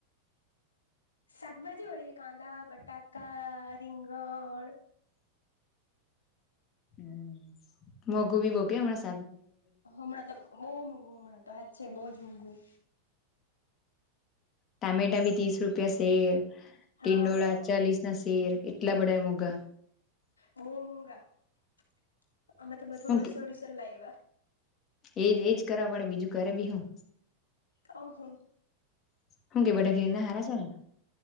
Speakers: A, on the left (about 75°); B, on the left (about 30°).
A: શાકભાજી વળી કાંદા, બટાકા, રીંગણ. <inaudible>
B: હમ મોગું બી બો કે માસ
A: હમણાં તો બહુ મોંઘું હમણાં તો હાચે બોજ મોંઘું
B: ટમેટા બી ત્રીસ રૂપિયા છે ટિંડોળા
A: હા
B: ચાલીસના સ શેર એટલા બધા મોગા-
A: બઉ મોગા અમે તો બધું
B: હું
A: એડિસો એડિસો લાયવા.
B: એજ એજ કરવા પડે બીજું કરે બી હું.
A: તો હું
B: હું કે બધા ઘેરના હારા સે ને